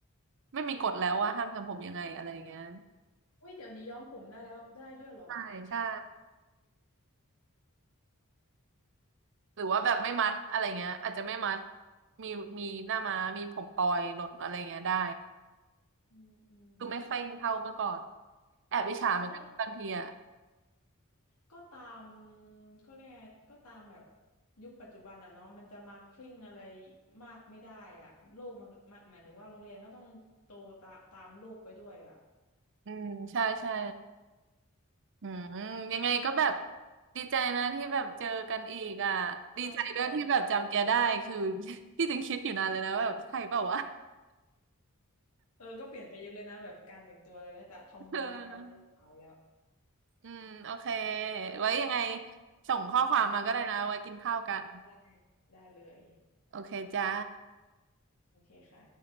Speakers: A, on the right; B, on the left.
A: ไม่มีกฎแล้วว่าห้ามทำผมยังไงอะไรเงี้ย
B: อุ้ยเดี๋ยวนี้ย้อมผมได้แล้วได้ด้วยเหรอ
A: ใช่ใช่หรือว่าแบบไม่มัดอะไรเงี้ยอาจจะไม่มัดมีมีหน้าม้ามีผมปล่อยหล่นอะไรเงี้ยได้
B: อืมอืม
A: คือไม่เคร่งเท่าเมื่อก่อนแอบอิจฉาเหมือนกันบางทีอ่ะ
B: ก็ ก็ตามก็เรียกไงก็ตามแบบยุคปัจจุบันอ่ะเนาะมันจะมาคลิ่งอะไรมากไม่ได้อ่ะโลกมันหมายหมายถึงว่าโรงเรียนก็ต้องโตตาตามโลกไปด้วยอ่ะ
A: อืมใช่ใช่ อืมยังไงก็แบบดีใจนะที่แบบเจอกันอีกอ่ะดีใจด้วยที่แบบจำแกได้คือ
B: อ่าอ่าอ่าได้
A: <laughs> ที่จริงคิดอยู่นานเลยนะว่าแบบใช่เปล่าวะ
B: เออก็เปลี่ยนไปเยอะเลยนะแบบการแต่งตัวอะไรเนี่ยแต่ทอมบอยกลายมาเป็นสาวแล้ว
A: <laughs> เอออืมโอเคไว้ยังไงส่งข้อความมาก็ได้นะไว้กินข้าวกัน
B: ได้ได้ได้เลย
A: โอเคจ้า
B: โอเคค่ะ